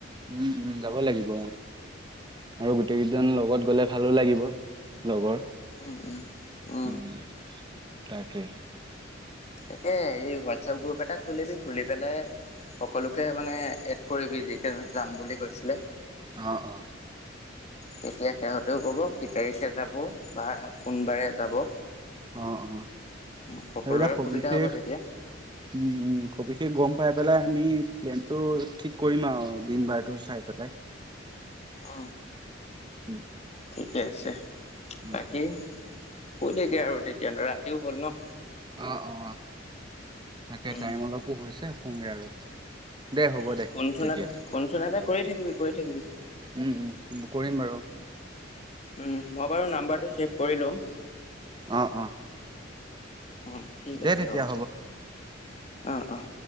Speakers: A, on the right; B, on the left.
A: উম উম যাব লাগিব। আৰু গোটেই কেইজন লগত গ'লে। ভালো লাগিব। লগৰ।
B: উম উ উ।
A: উম, তাকে।
B: তাকে হে হোৱাটছপ গ্ৰুপ এটা খুলিবি, খুলি পেলাই সকলোকে মানে এড কৰিবি যিকেই যাম বুলি কৈছিলে।
A: অ অ।
B: তেতিয়া সিহঁতেও কব কি তাৰিখে যাব। বা কোনবাৰে যাব
A: অ অ।
B: উম সকলোৰে
A: সেইবিলাক সবিশেষ
B: সুবিধা হ'ব তেতিয়া
A: উম উ সবিশেষ গম। খাই পেলাই আমি প্লেনটো ঠিক কৰিম আৰু দিন বাৰটো চাই পেলাই।
B: অ
A: উম।
B: ঠিকে আছে
A: অ',
B: বাকি। শুই থাক আৰু তেতিয়া ন ৰাতিও হ'ল ন।
A: অ অ তাকে
B: উম
A: টাইম অলপো হৈছে। সুঙগে আৰু দে হ'ব
B: অ
A: দে।
B: ফোন চোনতে,
A: তেতিয়া
B: ফোন চোনতে কৰি থাকিবি, কৰি থাকিবি।
A: উম, উম, কৰিম বাৰু
B: উম মোবাইলৰ নাম্বাৰ টো ছেভ কৰিলম
A: আহ অ
B: অ ঠিক
A: দে
B: আছে
A: তেতিয়া
B: হ'ব। অঁ অঁ।